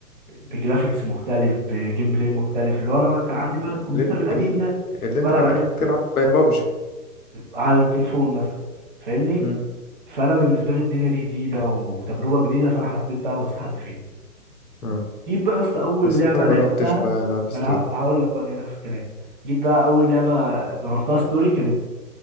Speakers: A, on the right; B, on the left.
A: بجرافيكس مختلف بجيم بلاي مختلف اللي هو انا كان عندي بقى
B: اللي,
A: الكمبيوتر
B: ان-
A: القديم
B: ال-
A: ده
B: اللي
A: كنت
B: انت
A: بلعب
B: كان
A: عليه
B: اخرك تلعب بابجي
A: اه على التليفون مثلا فاهمني
B: امم
A: فانا بالنسبه لي الدنيا دي جديده وتجربه جديده فانا حبيت بقى واستحدت فيها
B: اه
A: جيت بقى يا اسطى اول
B: بس
A: لعبه
B: انت ما جربتش
A: لعبتها
B: بقى العاب
A: ما
B: ستوري
A: انا هقول لك بقى جاي لك في الكلام جيت بقى اول لعبه جربتها ستوري كانت